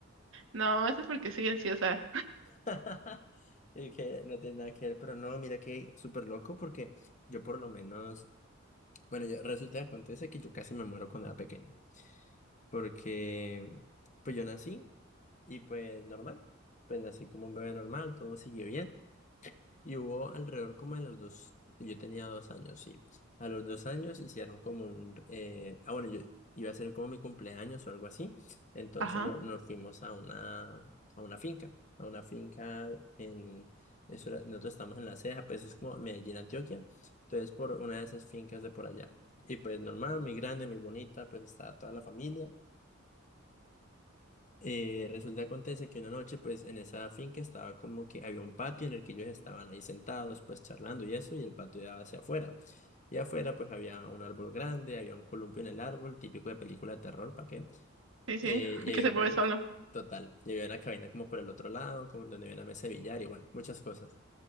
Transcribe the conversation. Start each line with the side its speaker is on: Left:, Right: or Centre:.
Right: No, eso es porque soy ansiosa.
Left: <laughs> Y que no tiene nada que ver, pero no, mira que súper loco porque yo por lo menos, bueno, yo- resulta que acontece que yo casi me muero cuando era pequeño, porque pues yo nací y pues normal, pues nací como un bebé normal, todo siguió bien, Y hubo alrededor como de los dos, yo tenía dos años, sí. A los dos años hicieron como un, eh, ah, bueno, yo iba a ser como mi cumpleaños o algo así. Entonces
Right: Ajá,
Left: no- nos fuimos a una, a una finca, a una finca en, eso era- nosotros estamos en La Ceja, pues eso es como Medellín, Antioquia. Entonces por una de esas fincas de por allá. Y pues normal, muy grande, muy bonita, pues estaba toda la familia. Eh, resulta acontece que una noche, pues en esa finca estaba como que había un patio en el que ellos estaban ahí sentados, pues charlando y eso, y el patio daba hacia afuera. Y afuera, pues había un árbol grande, había un columpio en el árbol, típico de película de terror, ¿para qué?
Right: sí, sí,
Left: Eh,
Right: <laughs>
Left: y había
Right: que se mueve
Left: como una,
Right: solo.
Left: total, y había una cabina como por el otro lado, como donde había una mesa de billar y bueno, muchas cosas.